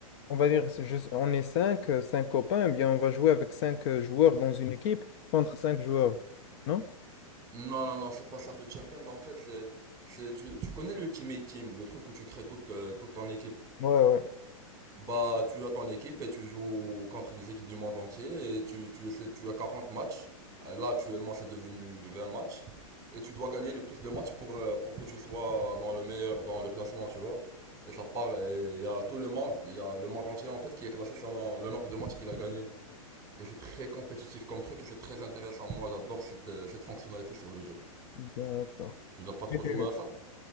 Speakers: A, on the left; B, on the right.
A: On va dire, c'est juste- on est cinq, euh, cinq copains, eh bien on va jouer avec cinq euh, joueurs dans une équipe contre cinq joueurs, non?
B: Non, non, non, c'est pas ça fait Champions. En fait, c'est, c'est, tu, tu connais l'Ultimate Team, le truc où tu crées toute, euh, toute ton équipe.
A: Ouais, ouais,
B: Bah, tu as ton équipe et tu joues contre des équipes du monde entier et tu, tu essaies, tu as 40 matchs. Euh, Là, actuellement, c'est devenu 20 matchs. Et tu dois gagner le plus de matchs pour, euh, pour que tu sois dans le meilleur, dans le classement, tu vois. Et ça part, et il y a tout le monde, il y a le monde entier, en fait, qui est classé selon le nombre de matchs qu'il a gagné. Et c'est très compétitif comme truc et c'est très intéressant. Moi, j'adore cette, euh, cette fonctionnalité sur le jeu.
A: d'accord.
B: Tu n'as pas trop
A: Et-
B: joué
A: euh,
B: à ça?